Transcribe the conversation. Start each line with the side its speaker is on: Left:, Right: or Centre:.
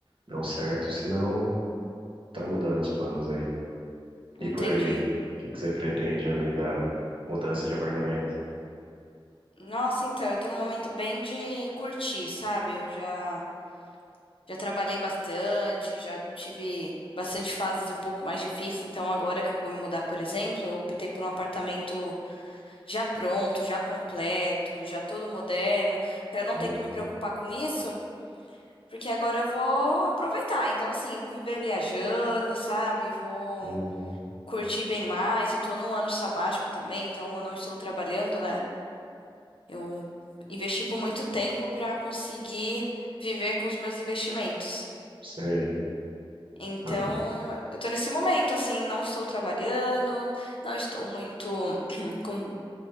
Right: dão certo, senão tá mudando os planos aí. E
Left: Entendi.
Right: por aí, o que que você pretende além da mudança de apartamento?
Left: Nossa, então, eu tô num momento bem de curtir, sabe? Eu já já trabalhei bastante, já tive bastante fases um pouco mais difíceis, então agora que eu vou me mudar, por exemplo, eu optei por um apartamento já pronto, já completo, já todo moderno, pra eu não
Right: Uhum.
Left: ter que me preocupar com isso. Porque agora eu vou aproveitar. Então, assim, eu vou viver viajando, sabe? Vou
Right: Uhum.
Left: curtir bem mais. Eu tô num ano sabático também, então eu não estou trabalhando, né? Eu investi por muito tempo pra conseguir viver com os meus investimentos.
Right: Sei.
Left: Então,
Right: Ah,
Left: eu tô nesse momento, assim, não estou trabalhando, não estou muito <clears throat> com